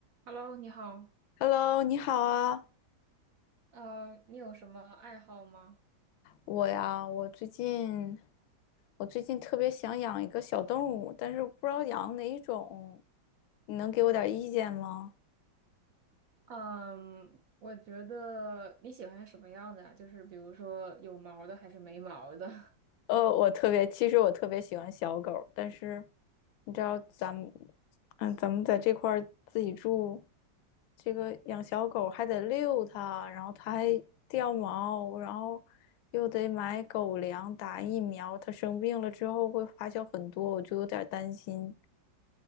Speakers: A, on the right; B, on the left.
A: Hello，你好。
B: Hello，你好啊，
A: 呃，你有什么爱好吗？
B: 我呀，我最近我最近特别想养一个小动物，但是不知道养哪一种，你能给我点儿意见吗？
A: 嗯，我觉得你喜欢什么样的呀？就是比如说有毛的还是没毛的？
B: 呃，我特别，其实我特别喜欢小狗儿但是你知道咱们，嗯，咱们在这块儿自己住，这个养小狗还得遛它，然后它还掉毛，然后又得买狗粮、打疫苗，它生病了之后会花销很多，我就有点儿担心。